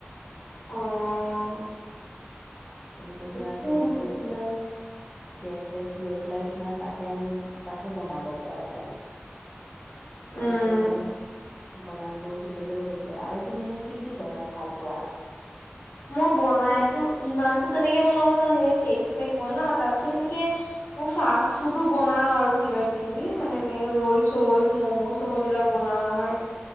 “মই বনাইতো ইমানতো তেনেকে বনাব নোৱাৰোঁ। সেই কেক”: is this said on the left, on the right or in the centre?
Left